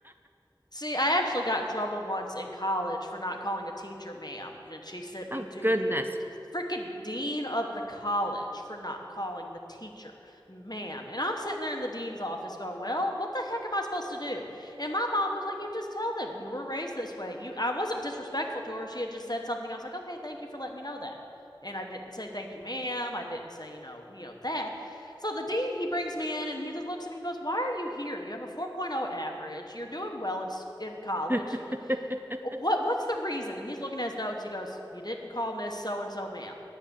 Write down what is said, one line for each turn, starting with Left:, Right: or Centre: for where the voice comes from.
Left: See, I actually got in trouble once in college for not calling a teacher ma'am, and she sent
Right: Oh
Left: me to
Right: goodness.
Left: the freaking dean of the college for not calling the teacher ma'am. And I'm sitting there in the dean's office going, "Well, what the heck am I supposed to do?" And my mom was like, "You just tell them you were raised this way." You I wasn't disrespectful to her. She had just said something. I was like, "Okay, thank you for letting me know that." And I didn't say thank you, ma'am. I didn't say, you know, you know that. So the dean, he brings me in and he just looks at me and goes, Why are you here? You have a 4.0 average. You're doing well in, in college.
Right: <laughs>
Left: You know, Oh, what, what's the reason? And he's looking at his notes. He goes, You didn't call Miss So and so, ma'am.